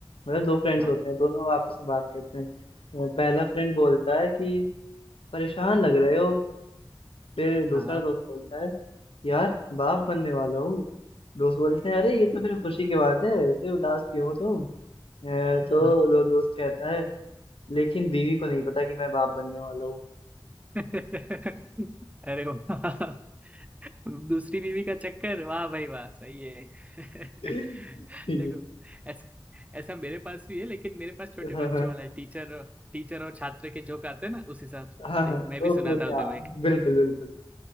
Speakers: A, on the left; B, on the right.
A: मतलब दो फ्रेंड्स
B: हाँ
A: होते हैं दोनों आपस में बात करते हैं पहला फ्रेंड बोलता है कि परेशान लग रहे हो फिर दूसरा
B: हाँ
A: दोस्त बोलता है यार बाप बनने वाला हूँ दोस्त बोलते हैं अरे ये तो फिर खुशी की बात है ऐसे उदास क्यों हो तुम अ, तो
B: हाँ
A: दो दोस्त कहता है लेकिन बीवी को नहीं पता कि मैं बाप बनने वाला हूँ
B: <laughs> अरे वाह दूसरी बीवी का चक्कर वाह भाई वाह सही है <laughs>
A: <laughs>
B: देखो ऐसा ऐसा मेरे पास भी है लेकिन मेरे पास छोटे
A: हाँ
B: बच्चों
A: हाँ
B: वाला है टीचर टीचर और छात्र के जोक आते हैं ना उस हिसाब से।
A: हाँ
B: देखो
A: हाँ
B: मैं भी
A: ओके
B: सुनाता
A: ओके
B: हूँ
A: हाँ,
B: तुम्हें
A: बिल्कुल बिल्कुल